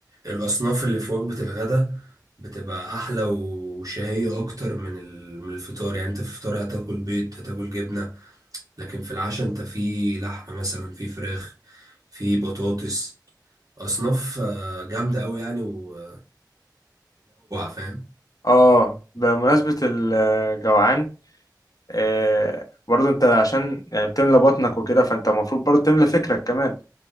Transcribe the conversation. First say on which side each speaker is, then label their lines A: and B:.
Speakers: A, on the right (about 55°); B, on the left (about 55°).
A: الأصناف اللي في وجبة الغداء بتبقى أحلى وشهية أكتر من ال- من الفطار يعني أنت في الفطار هتاكل بيض هتاكل جبنة لكن في العشاء أنت في لحمة مثلا في فراخ في بطاطس أصناف آه، جامدة أوي يعني وتجوع فاهم
B: اه بمناسبه الجوعان آه برضه انت عشان يعني بتملى بطنك وكده فانت المفروض برضه تملى فكرك كمان